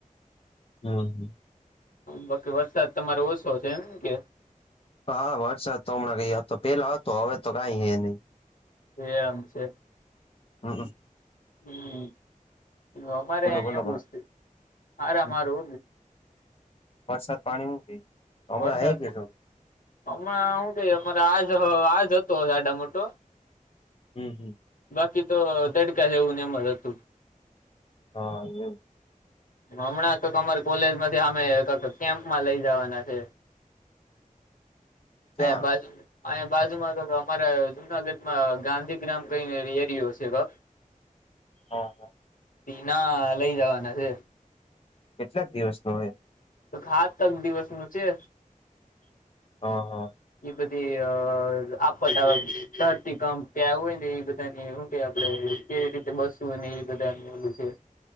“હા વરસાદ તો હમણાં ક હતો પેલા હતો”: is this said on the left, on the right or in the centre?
Left